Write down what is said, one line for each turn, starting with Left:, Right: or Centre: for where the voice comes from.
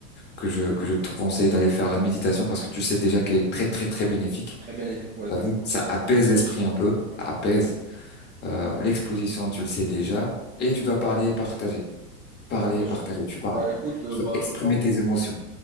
Left: que je que je te conseille d'aller faire la méditation parce que tu sais déjà qu'elle est très très très bénéfique.
Right: Très bénéfique pour les
Left: T'as
Right: personnes
Left: vu,
Right: anxieuses.
Left: ça apaise l'esprit un peu,
Right: Ouais.
Left: ça apaise Euh, l'exposition, tu le sais déjà, et tu dois parler et partager, parler
Right: Ouais, je-
Left: et partager. Tu parles,
Right: Bah écoute, euh,
Left: tu
Right: bah,
Left: dois exprimer
Right: je pense.
Left: tes émotions,